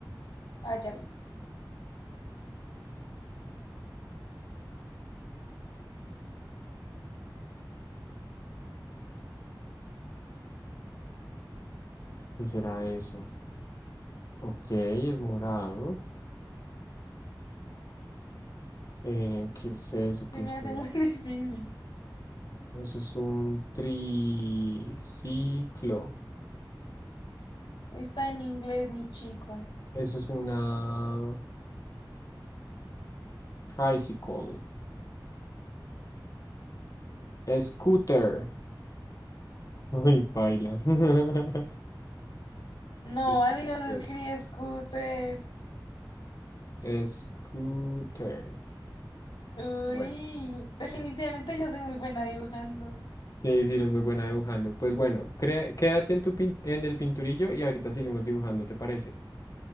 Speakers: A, on the left; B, on the left.
A: Ah, ya vi.
B: ¿Qué será eso? Ok, es morado. Eh, ¿qué es eso? ¿Qué
A: Se me
B: es
A: hace
B: eso?
A: muy <laughs> difícil.
B: Eso es un triciclo.
A: Está en inglés, mi chico.
B: Eso es una tricycle. Scooter. Uy, baila. <laughs>
A: No,
B: Scooter.
A: así no se escribe scooter.
B: Es, scooter.
A: Uy,
B: Bueno.
A: definitivamente yo soy muy buena dibujando.
B: Sí, sí, eres muy buena dibujando. Pues bueno, crea- quédate en tu pin- en el pinturillo y ahorita seguimos dibujando, ¿te parece?